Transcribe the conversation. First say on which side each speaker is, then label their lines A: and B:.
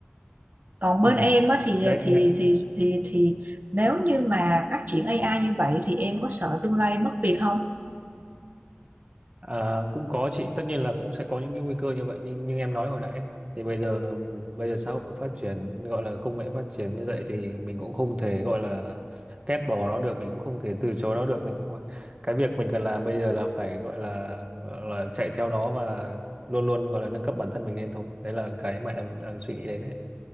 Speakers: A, on the right; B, on the right.
A: còn
B: ừ
A: bên em á, thì
B: đấy
A: à, thì thì thì thì nếu như mà phát triển AI như vậy thì em có sợ tương lai mất việc không?
B: À, cũng có chị tất nhiên là cũng sẽ có những cái nguy cơ như vậy nhưng như em nói hồi nãy thì bây giờ bây giờ xã hội phát triển gọi là công nghệ phát triển như vậy thì mình cũng không thể gọi là ghét bỏ nó được mình cũng không thể từ chối nó được mình cũng cái việc mình cần làm bây giờ là phải gọi là, gọi là chạy theo nó và luôn luôn gọi là nâng cấp bản thân mình lên thôi đấy là cái mà em đang suy nghĩ đến